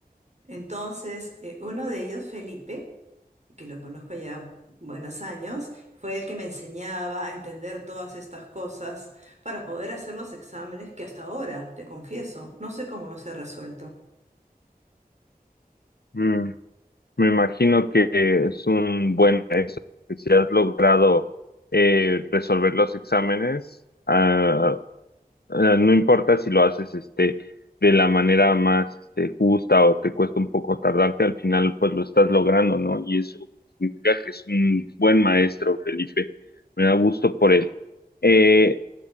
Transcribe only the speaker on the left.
Mm. Me imagino que es un buen maestro, que si has logrado eh, resolver los exámenes, ah, ah, no importa si lo haces este, de la manera más este, justa o te cuesta un poco tardarte, al final pues lo estás logrando, ¿no? Y eso significa que es un buen maestro, Felipe. Me da gusto por él. Eh,